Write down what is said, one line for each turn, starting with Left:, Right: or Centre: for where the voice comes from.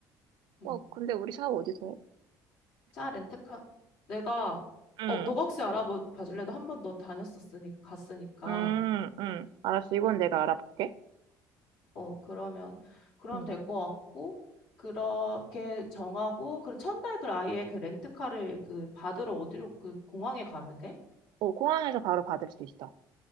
Left: 응.
Right: 와, 근데 우리 샤워 어디서 해?
Left: 자, 렌트카. 내가,
Right: 응,
Left: 어, 너가 혹시 알아봐 줄래? 도 한 번 너 다녔었으니까, 갔으니까.
Right: 응, 응. 알았어. 이건 내가 알아볼게.
Left: 어, 그러면, 그러면
Right: 응.
Left: 될 것 같고, 그렇게 정하고, 그럼 첫날 그 아예 그 렌트카를 그 받으러 어디로 그 공항에 가면 돼?
Right: 어, 공항에서 바로 받을 수 있어.